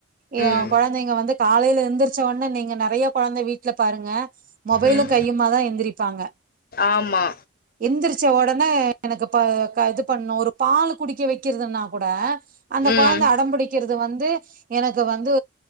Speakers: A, on the right; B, on the left.
A: ஏ
B: ம்
A: கொழந்தைங்க வந்து காலைல எந்திருச்ச உடனே நீங்கள் நொறையா குழந்தை வீட்ல பாருங்க மொபைல
B: ம்
A: கையுமா தான் எந்திரிப்பாங்க
B: ஆமா
A: எந்திரிச்ச உடனே எனக்கு இப்ப இது பண்ணணும் ஒரு பால் குடிக்க வைக்கிறதுன்னா கூட அந்த
B: ம்
A: கொழந்தை அடம்பிடிக்கிறது வந்து எனக்கு வந்து